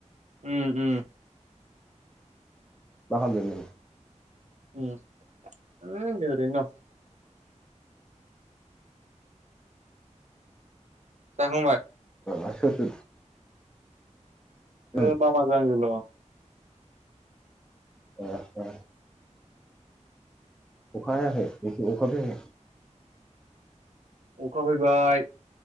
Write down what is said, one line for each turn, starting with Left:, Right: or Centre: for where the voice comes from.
Right: उम उम।
Centre: मा खामदो नों?
Right: उम ओ ओरैनो दं। जाखांबाय?
Centre: अ सोर सोर? उम
Right: ओ मामाजों आंजोल'।
Centre: <unintelligible> अखा हायाखै बेखि अखा <unintelligible>
Right: अखा फैबाय